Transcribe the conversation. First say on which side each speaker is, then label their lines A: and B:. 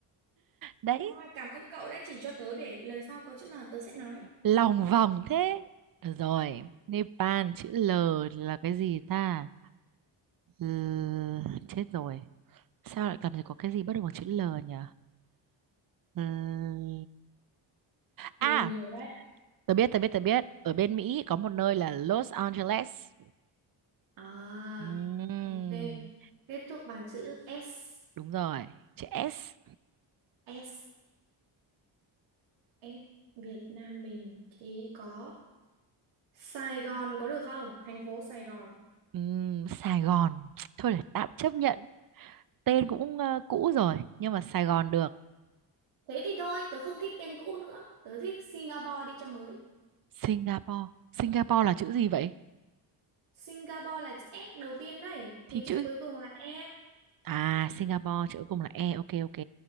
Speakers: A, on the right; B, on the right.
A: đấy
B: à, cảm ơn cậu đã chỉ cho tớ để lần sau có chữ N tớ sẽ nói
A: lòng vòng thế được rồi Nepal chữ L là cái gì ta L... chết rồi sao lại cần phải có cái gì bắt đầu bằng chữ L nhỉ L... à
B: nhiều nhiều đấy
A: tớ biết tớ biết tớ biết ở bên Mỹ có một nơi là Los Angeles
B: à
A: Ừm,
B: ok kết thúc bằng chữ S
A: đúng rồi chữ S
B: S S Việt Nam mình thì có Sài Gòn có được không? Thành phố Sài Gòn.
A: Ừm, Sài Gòn thôi để tạm chấp nhận tên cũng ờ, cũ rồi nhưng mà Sài Gòn được
B: Thế thì thôi, tớ không thích tên cũ nữa. Tớ thích Singapore đi cho mới.
A: Singapore Singapore là chữ gì vậy
B: Singapore là chữ S đầu tiên đấy. Thì
A: thì
B: chữ
A: chữ
B: cuối cùng là E.
A: À, Singapore chữ cuối cùng là E, ok ok.